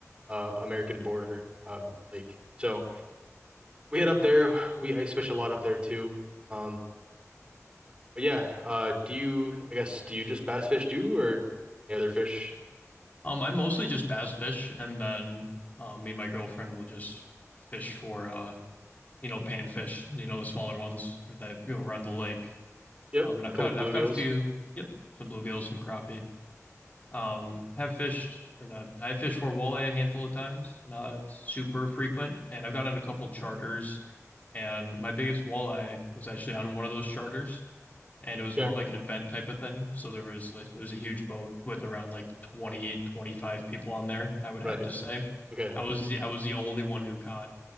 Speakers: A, on the right; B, on the left.
A: uh American border um lake. So we head up there, we ice fish a lot up there too. Um. But yeah, uh, do you, I guess, do you just bass fish too, or any other fish?
B: Um, I mostly just bass fish and then uh, me and my girlfriend will just fish for uh, you know, panfish, you know, the smaller ones that go around the lake.
A: Yep,
B: Um, and I've
A: couple
B: caught
A: bluegills.
B: I've caught a few. Yep, some bluegills, some crappie. Um, have fished or not? I have fished for walleye a handful of times, not super frequent. And I've gotten a couple charters. And my biggest walleye was actually on one of those charters, and it was
A: Yeah,
B: more of like an event type of thing. So there was like, it was a huge boat with around like 20 25 people on there. I would
A: right.
B: have to say,
A: Okay,
B: I was
A: yeah.
B: the, I was the only one who caught